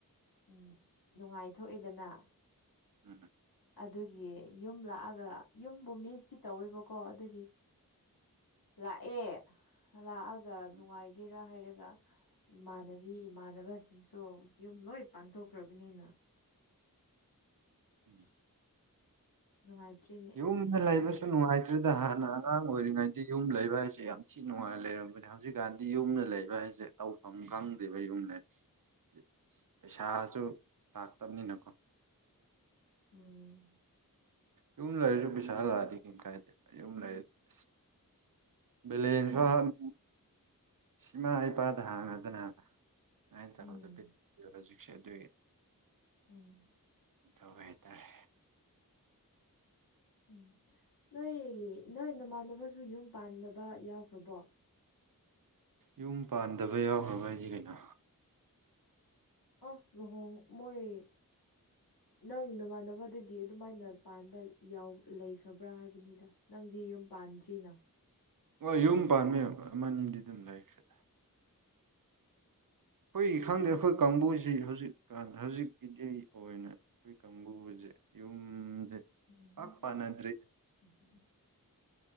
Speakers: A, on the left; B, on the right.
A: ꯎꯝ ꯅꯨꯡꯉꯥꯏꯊꯣꯛꯑꯦꯗꯅ
B: ꯎꯝ
A: ꯑꯗꯨꯒꯤ ꯌꯨꯝ ꯂꯥꯛꯑꯒ ꯌꯨꯝꯕꯨ ꯃꯤꯁꯇꯤ ꯇꯧꯋꯦꯕꯀꯣ ꯑꯗꯨꯒꯤ ꯂꯥꯛꯑꯦ ꯂꯥꯛꯑꯒ
B: ꯎꯝ
A: ꯅꯨꯡꯉꯥꯏꯒꯦ ꯍꯥꯏꯔ ꯍꯥꯏꯔꯒ ꯏꯃꯥꯟꯅꯕꯤ ꯏꯃꯥꯟꯅꯕꯁꯤꯡꯁꯨ ꯌꯨꯝ ꯂꯣꯏ ꯄꯥꯟꯊꯣꯛꯈ꯭ꯔꯕꯅꯤꯅ
B: ꯎꯝ
A: <inaudible> ꯅꯨꯡꯉꯥꯏꯇ꯭ꯔꯤ
B: ꯌꯨꯝꯗ ꯂꯩꯕꯁꯨ ꯅꯨꯡꯉꯥꯏꯇ꯭ꯔꯦꯗ ꯍꯥꯟꯅ ꯑꯉꯥꯡ ꯑꯣꯏꯔꯤꯉꯩꯗꯤ ꯌꯨꯝ ꯂꯩꯕ ꯍꯥꯏꯁꯦ ꯌꯥꯝ ꯊꯤ ꯅꯨꯡꯉꯥꯏ ꯂꯩꯔꯝꯕꯅꯦ ꯍꯧꯖꯤꯛꯀꯥꯟꯗꯤ ꯌꯨꯝꯗ ꯂꯩꯕ ꯍꯥꯏꯁꯦ ꯇꯧꯐꯝ ꯈꯪꯗꯦꯕ ꯌꯨꯝꯗ ꯑ ꯄꯩꯁꯥꯁꯨ ꯂꯥꯛꯇꯕꯅꯤꯅꯀꯣ
A: ꯎꯝ
B: ꯌꯨꯝ ꯂꯩꯔꯁꯨ ꯄꯩꯁꯥ ꯂꯥꯛꯑꯗꯤ ꯀꯩꯝ ꯀꯥꯏꯗꯦꯕ ꯌꯨꯝ ꯂꯩꯔ ꯑꯁ ꯕꯦꯂꯦꯟꯐꯥꯎ
A: ꯎꯝ
B: ꯏꯃꯥ ꯏꯄꯥꯗ ꯍꯥꯡꯉꯗꯅꯕ ꯑꯩꯅ ꯇꯗ
A: ꯎꯝ
B: <inaudible> ꯍꯧꯖꯤꯛꯁꯦ ꯑꯗꯨꯒꯤ
A: ꯎꯝ
B: ꯇꯧꯋꯦ ꯍꯥꯏꯇꯔꯦ
A: ꯎꯝ ꯅꯣꯏ ꯅꯣꯏ ꯅꯃꯥꯟꯅꯕꯁꯨ ꯌꯨꯝ ꯄꯥꯟꯅꯕ ꯌꯥꯎꯈ꯭ꯔꯕꯣ
B: ꯌꯨꯝ ꯄꯥꯟꯗꯕ ꯌꯥꯎꯈ꯭ꯔꯕ ꯍꯥꯏꯗꯤ ꯀꯩꯅꯣ
A: ꯑꯣ ꯂꯨꯍꯣꯡ ꯃꯣꯏ ꯅꯪ ꯅꯃꯥꯟꯅꯕꯗꯒꯤ ꯑꯗꯨꯃꯥꯏꯅ ꯄꯥꯟꯕ ꯌꯥꯎ ꯂꯩꯈ꯭ꯔꯕ꯭ꯔꯥ ꯍꯥꯏꯕꯅꯤꯗ ꯅꯪꯗꯤ ꯌꯨꯝ ꯄꯥꯟꯗ꯭ꯔꯤꯅ
B: ꯍꯣꯏ ꯌꯨꯝ ꯄꯥꯟꯕꯥ ꯌꯥꯝ ꯑꯃ ꯅꯤꯗꯤ ꯑꯗꯨꯝ ꯂꯩꯈ꯭ꯔꯦꯗ ꯈꯣꯏꯒꯤ ꯈꯪꯗꯦ ꯈꯣꯏ ꯀꯥꯡꯕꯨꯁꯤ ꯍꯧꯖꯤꯛꯀꯥꯟ ꯍꯧꯖꯤꯛꯀꯤꯗꯤ ꯑꯣꯏꯅ ꯑꯩꯈꯣꯏ ꯀꯥꯡꯕꯨꯁꯦ ꯌꯨꯝꯁꯦ
A: <inaudible>
B: ꯄꯥꯛ ꯄꯥꯟꯅꯗ꯭ꯔꯤ